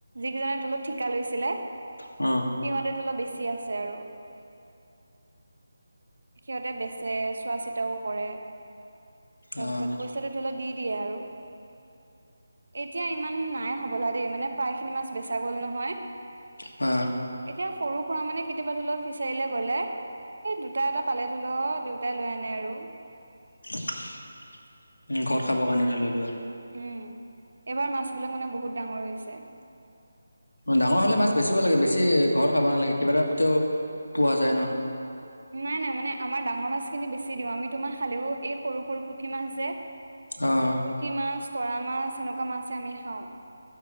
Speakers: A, on the right (about 75°); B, on the left (about 80°).
A: যিকেইজনে তলত ঠিকা লৈছিলে।
B: অ।
A: সিহঁতেতো অলপ বেছি আছে আৰু সিহঁতে বেচে চোৱা চিতাও কৰে তাৰপিছত
B: অ',
A: কৈ- যতে সলেও দি দিয়ে আৰু এতিয়া ইমান নাই হবলা দেই মানে প্ৰায় খিনি মাছ বেচা গ'ল নহয়।
B: অ
A: এতিয়া সৰু সুৰা মানে। কেতিয়াবা ধৰি লওক ফিচাৰীলৈ গ'লে এই দুটা এটা পালে ধৰি লও দেউতাই লৈ আনে আৰু
B: উম ঘৰত খাব কাৰণে ধৰি লও ৰোৱা
A: উম এইবাৰ মাছ বিলাক মানে বহুত ডাঙৰ হৈছে।
B: ডাঙৰ হলে মাছ, বেচিব লাগে বেছি ঘৰত খাব নালাগে কিবা এটা তে পোৱা যায় ন।
A: নাই নাই মানে আমাৰ ডাঙৰ মাছখিনি বেছি দিওঁ আমি তোমাৰ খালেও- এই সৰু সৰু পুঠি মাছ যে- পুঠি,
B: অ',
A: মাছ তৰা, মাছ এনেকুৱা মাছে আমি খাওঁ।